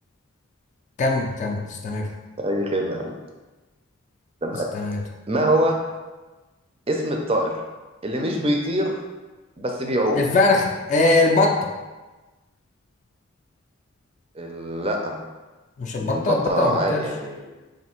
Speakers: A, on the left; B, on the right.
A: كمل كمل استمر
B: اي خدمه يا عم. تمام
A: استمر
B: ما هو اسم الطائر اللي مش بيطير بس بيعوم
A: الفرخه آه البطه
B: ال-
A: مش البطة
B: البطة
A: البطة ما
B: عادي
A: بتطيرش
B: يعني